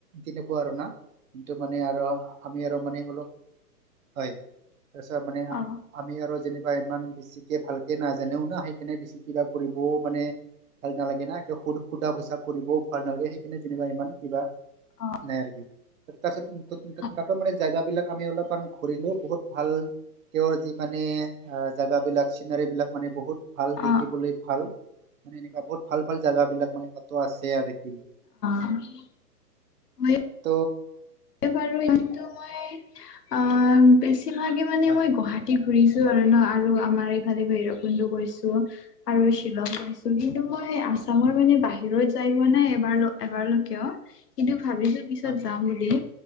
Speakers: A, on the right; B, on the left.
A: তেনেকুৱা আৰু না কিন্তু মানে আৰু আমি আৰু মানে অলপ হয়। তাৰপিছত মানে
B: অ', অ',
A: আমি আৰু যেনিবা ইমান বেছিকে ভালকে নাজানেও ন সেই কেনে দিছে। কিবা কৰিবও মানে ভাল নালাগে। এনে একে সুধ সোধা পোছা কৰিবও ভাল নালাগে সেইকাৰণে যেনিবা ইমান কিবা
B: অ', অ',
A: নাই আৰু তাৰপিছত
B: হয়, অ', অ',
A: তাতো মানে জেগাবিলাক আমি অলপমান ঘূৰিলো বহুত ভাল তেওঁৰ যি মানে জেগাবিলাক চিনাৰীবিলাক মানে বহুত ভাল
B: অ',
A: দেখিবলৈ ভাল। মানে এনেকা বহুতাল ভাল জেগাবিলাক মান তাত আছে আৰু কি।
B: অ', অ', মই
A: ত'
B: <unintelligible> মই অ' বেছিভাগে মানে
A: হয়
B: মই গুৱাহাটী ঘুৰিছো আৰু ন আৰু আমাৰ এইফালে ভৈৰৱ কুণ্ড গৈছো আৰু শ্বিলং গৈছো। কিন্তু
A: হয়
B: মই আছামৰ মানে বাহিৰত যাই পোৱা নাই এবাৰ এবাৰও কিয়। কিন্তু ভাবিছো পিছত
A: হয়
B: যাম বুলি।